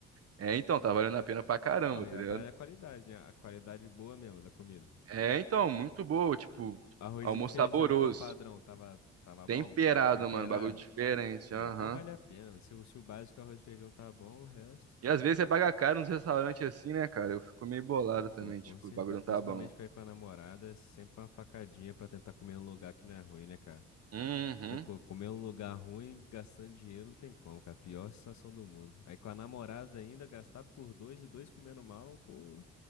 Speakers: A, on the right; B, on the left.
A: É, então, tá valendo a pena pra caramba,
B: Não, e
A: tá
B: a
A: ligado?
B: parada é a qualidade, né? A qualidade boa mesmo da comida.
A: É, então, muito boa, tipo,
B: arroz
A: almoço
B: e feijão,
A: saboroso,
B: que é o padrão, tava, tava
A: temperado,
B: bom? Temperado?
A: mano, bagulho diferente,
B: Ah,
A: aham.
B: então vale a pena. Se, o- se o básico é arroz e feijão tá bom, o resto.
A: E às vezes você paga caro nos restaurantes assim, né, cara? Eu fico meio bolado também,
B: Pô, com
A: tipo,
B: certeza.
A: o bagulho não
B: Principalmente
A: tá bom.
B: pra ir com a namorada, é sempre uma facadinha pra tentar comer um lugar que não é ruim, né, cara?
A: Uhum.
B: Porque, pô, comer um lugar ruim, gastando dinheiro, não tem como, cara. Pior situação do mundo. Aí com a namorada ainda, gastar por dois e dois comendo mal, pô,